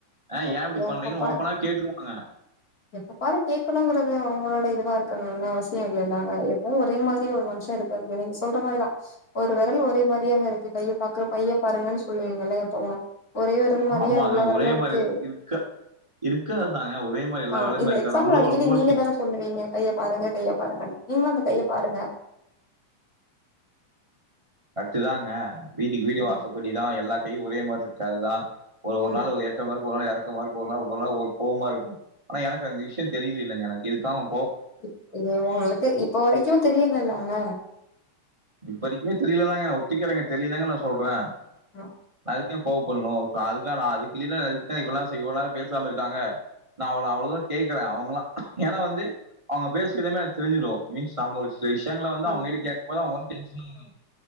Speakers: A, on the right (about 15°); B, on the left (about 30°).
A: ஆ
B: எ
A: யே இப்டி
B: எப்ப
A: பண்றீங்கன்னு
B: பாரு
A: ஓப்பனா கேட்ருவாங்க
B: எப்ப பாரு கேக்கணுங்கிறது அவங்களோட இதுவா இருக்கணுன்னு அவசியோ இல்லல்லங்க எப்பவு ஒரே மாரி ஒரு மனுஷ இருக்கறது நீங்க சொல்ற மாரிதா ஒரு வெரல் ஒரே மாரியாங்க இருக்கு கைய பாக்க பைய பாருங்கன்னு சொல்லுவீங்கல்ல எப்பவு ஒரே வெரல் மாரியா
A: ஆமாங்க.
B: எல்லா வெரலு
A: ஒரே
B: இரு
A: மாரி
B: க்கு
A: இருக்க இருக்காதுதாங்க. ஒரே மாரி எல்லா
B: ஆ
A: வேலையுமே
B: இந்த
A: இருக்காது.
B: எக்ஸாம்பிள
A: நம்மளும்
B: அடிக்கடி
A: ஒரு மூடு
B: நீங்கதான
A: ஸ்விட்ச்
B: சொல்லுவீங்க கைய பாருங்க கைய பாருங்கன்னு நீங்களு அந்த கைய பாருங்க
A: கரெக்டுதாங்க வீட்டுக்கு வீடு
B: ம்
A: வாசப்படிதா எல்லா கையு ஒரே மாரி இருக்காதுதா ஒரு ஒரு
B: ம்
A: நாளு ஏற்றமா இருக்கு ஒரு நாளு எறக் கமா இருக்கு ஒரு நாளு ஒவ்வொரு நாளு ஒரு கோவமா இருக்கு ஆனா எனக்கு அந்த விஷயோ தெரியல இல்லங்க எனக்கு எதுக்காக அவுங்
B: இ இது உங்களுக்கு இப்ப வரைக்கு தெரியல இல்லங்க
A: இப்ப வரைக்குமே தெரியில தாங்க நா ஒத்திக்கிறங்க தெர்லெயந்தாங்க நா சொல்ற
B: ஆ
A: அதுக்கு ஏ கோவப்பட்ணு இப்ப அதுக்கா நா அதுக்கில்லினா இதுக்தா இவ்ள நேர செ இவள் நேர பேசாமருக்காங்க நா அவ்ள அவ்ளொ தூரொ கேக்குறே அவுங்களா ஏனா வந்து அவுங்க பேசுயதுமே எனக் தெருஞ்சுரு மீன்ஸ் நம்ம ஒரு இந்த விஷ்யங்கள வந்து
B: ம்
A: அவுங்ககிட்ட கேக்கும்போது அவுங்க வந்து டென்ஷன் <inaudible>